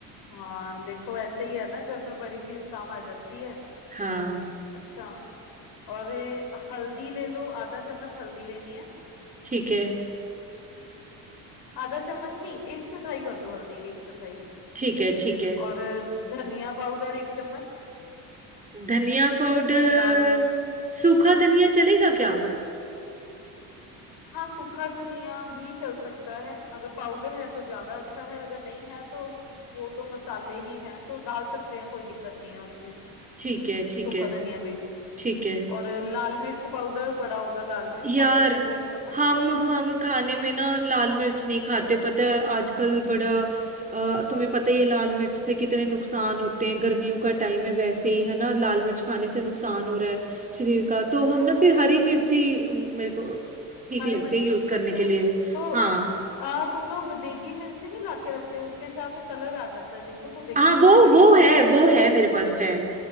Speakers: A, on the left; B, on the right.
A: हाँ देखो ऐसे ही है ना घर में बड़ी चीज काम आ जाती है
B: हाँ
A: अच्छा और ये हल्दी ले लो आधा चम्मच हल्दी लेनी है
B: ठीक है
A: आधा चम्मच नहीं एक चौथाई कर दो हल्दी एक चौथाई
B: ठीक है ठीक है
A: और धनिया पाउडर एक चम्मच
B: धनिया पाउडर
A: लाल
B: सूखा धनिया चलेगा क्या
A: हाँ सूखा धनिया भी चल सकता है अगर पाउडर है तो ज्यादा अच्छा है अगर नहीं है तो वो तो मसाले ही हैं तो डाल सकते हैं कोई दिक्कत नहीं है उसमें
B: ठीक है ठीक
A: सूखा
B: है
A: धनिया भी
B: ठीक है
A: और लाल मिर्च पाउडर पड़ा होगा लाल मिर्च
B: यार
A: पाउडर ले लो एक चम्मच
B: हम हम खाने में ना लाल मिर्च नहीं खाते पता है आजकल बड़ा अ, तुम्हें पता ही है लाल मिर्च से कितने नुकसान होते हैं गर्मियों का टाइम है वैसे ही है ना लाल मिर्च खाने से नुकसान हो रहा है शरीर का तो हम
A: इस-
B: ना फिर हरी मिर्ची अम, मेरे को ठीक
A: हरी
B: लगते
A: मिर्च
B: हैं यूज
A: यूज
B: करने
A: करते
B: के
A: हो
B: लिए
A: तो
B: हाँ
A: आ तुम लोग देगी मिर्च नहीं लाके रखते उसके साथ कलर आ जाता है देखो तो देगी
B: हाँ
A: मिर्च
B: वो
A: पड़ी
B: वो
A: होगी
B: है वो है मेरे पास है